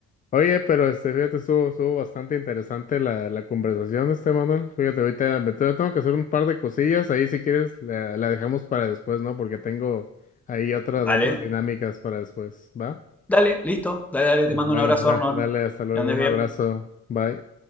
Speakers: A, on the left; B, in the centre.
A: Oye, pero este, fíjate, estuvo, estuvo bastante interesante la, la conversación, este Manuel. Fíjate, ahorita me tengo tengo que hacer un par de cosillas. Ahí, si quieres, la, la dejamos para después, ¿no? Porque tengo ahí otras,
B: Dale,
A: otras dinámicas para después, ¿va?
B: dale, listo. Dale, dale,
A: Dale,
B: te mando un abrazo,
A: dale,
B: Arnold.
A: dale, hasta luego.
B: Que andes
A: Un
B: bien.
A: abrazo. Bye.